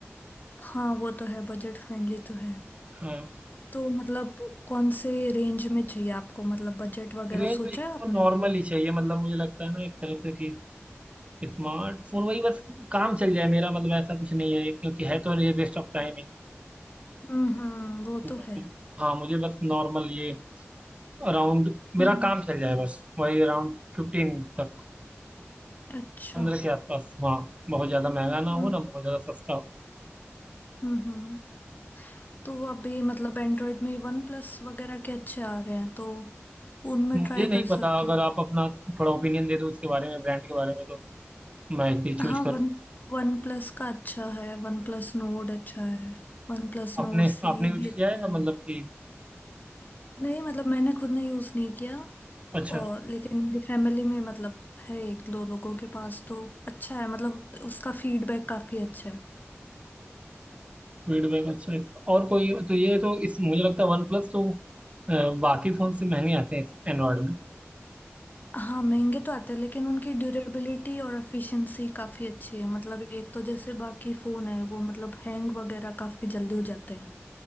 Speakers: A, on the left; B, on the right.
A: हाँ वो तो है बजट फ्रेंडली तो है
B: हाँ
A: तो मतलब कौन से रेंज में चाहिए आपको मतलब बजट वगैरह
B: रेंज
A: सोचा
B: मुझे
A: है आपने
B: नॉर्मल
A: कोई
B: ही चाहिए मतलब मुझे लगता है ना एक तरह से कि स्मार्टफोन वही बस काम चल जाए मेरा मतलब ऐसा कुछ नहीं है क्योंकि है तो ये वेस्ट ऑफ टाइम है
A: हम्म हम्म, वो
B: दुकान
A: तो है
B: हाँ मुझे बस नॉर्मल ये अराउंड मेरा
A: हम्म
B: काम चल जाए बस वही अराउंड फिफ्टीन तक
A: अच्छा
B: पंद्रह के आसपास हाँ बहुत ज़्यादा महंगा ना
A: हम्म
B: हो ना बहुत ज़्यादा सस्ता हो
A: हम्म हम्म। तो वो अभी मतलब एंड्रॉयड में वन प्लस वगैरह के अच्छे आ रहे हैं तो उनमें
B: मुझे
A: ट्राई
B: नहीं
A: कर
B: पता
A: सकती
B: अगर
A: हूँ
B: आप अपना थोड़ा ओपिनियन दे दो इसके बारे में ब्रांड के बारे में तो मैं फिर चूज
A: हाँ
B: करूँ
A: वन वन प्लस का अच्छा है वन प्लस नोड अच्छा है वन प्लस
B: आपने
A: नोड सी
B: आपने यूज
A: भी अच्छा
B: किया है
A: है
B: मतलब कि
A: नहीं मतलब मैंने खुद ने यूज़ नहीं किया
B: अच्छा
A: और लेकिन मेरी फैमिली में मतलब है एक दो लोगों के पास तो अच्छा है मतलब उसका फीडबैक काफ़ी अच्छा है
B: फीडबैक अच्छा है इसका और कोई तो ये तो इस मुझे लगता है वन प्लस तो अ, बाकी फ़ोन से महंगे आते हैं एंड्रॉयड में
A: हाँ महंगे तो आते हैं लेकिन उनकी ड्यूरेबिलिटी और एफिशिएंसी काफी अच्छी है मतलब एक तो जैसे बाकी फोन है वो मतलब हैंग वगैरह काफी जल्दी हो जाते हैं